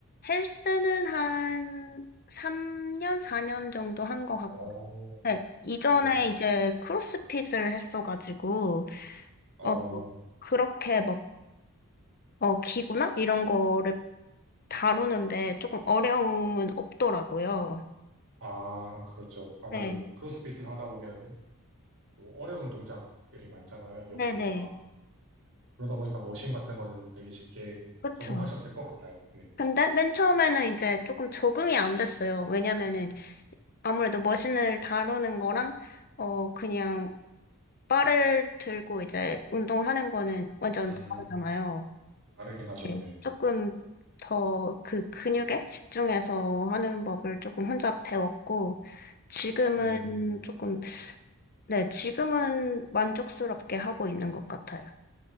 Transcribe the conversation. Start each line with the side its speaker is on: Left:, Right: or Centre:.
Left: 헬스는 한 3년, 4년 정도 한 것 같고.
Right: 어,
Left: 네. 이전에
Right: 네,
Left: 이제 크로스핏을 했어가지고,
Right: 어,
Left: 어,
Right: 어,
Left: 그렇게 막, 어, 기구나? 이런 거를 다루는데 조금 어려움은 없더라고요.
Right: 아, 그렇죠. 아무래도
Left: 네.
Right: 크로스핏을 하다 보면 또 어려운 동작들이 많잖아요. 역도나.
Left: 네네.
Right: 그러다 보니까 머신 같은 거는 되게 쉽게
Left: 그쵸.
Right: 적응하셨을 것 같아요. 네.
Left: 근데 맨 처음에는 이제 조금 적응이 안 됐어요. 왜냐면은 아무래도 머신을 다루는 거랑, 어, 그냥 바를 들고 이제 운동하는 거는 완전
Right: 음,
Left: 다르잖아요.
Right: 다르긴 하죠.
Left: 네.
Right: 네.
Left: 조금 더 그 근육에 집중해서 하는 법을 조금 혼자 배웠고, 지금은
Right: 음,
Left: 조금, 네, 지금은 만족스럽게 하고 있는 것 같아요.